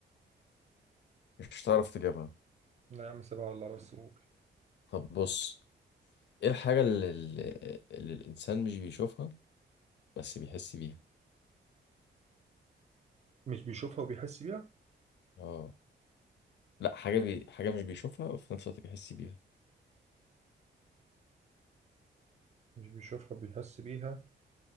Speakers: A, on the left; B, on the right.
A: مش هتعرف تجيبها
B: لا يا عم سيبها والله بس قول.
A: طب بص ايه الحاجة اللي, اللي اللي الانسان مش بيشوفها بس بيحس بيها
B: مش بيشوفها وبيحس بيها
A: اه لا حاجة بي... حاجة مش بيشوفها وفي نفس الوقت بيحس بيها
B: مش بيشوفها بيحس بيها